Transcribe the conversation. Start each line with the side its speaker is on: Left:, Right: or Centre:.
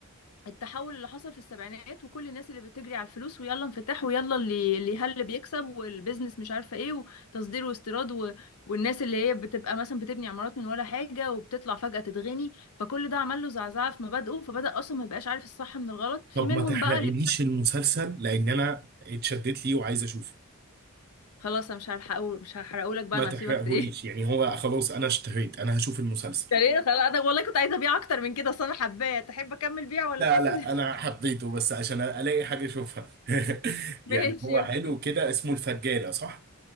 Left: التحول اللي حصل في السبعينات وكل الناس اللي بتجري على الفلوس ويلا انفتاح ويلا اللي اللي هل بيكسب والبيزنس مش عارفه ايه وتصدير واستيراد و... والناس اللي هي بتبقى مثلا بتبني عمارات من ولا حاجه وبتطلع فجأة تتغني فكل ده عمل له زعزعه في مبادئه فبدأ اصلا ما يبقاش عارف الصح من الغلط في
Right: طب
Left: منهم
Right: ما تحرقليش
Left: بقى اللي
Right: المسلسل لان انا اتشدت ليه وعايز اشوفه
Left: خلاص انا مش هحرقه مش هحرقهولك بقى
Right: ما
Left: انا
Right: تحرقهوليش
Left: هسيبك ت- ايه <laughs>
Right: يعني هو خلاص انا اشتهيت انا هشوف المسلسل
Left: ليه خلاص انا والله كنت عايزه ابيع اكتر من كده اصل انا حباه تحب اكمل بيع ولا
Right: لا
Left: خلاص
Right: لا
Left: <laughs>
Right: انا حبيته بس عشان الاقي حاجه اشوفها <laughs>
Left: ماشي
Right: يعني هو
Left: اوكي
Right: حلو كده اسمه الفجاله صح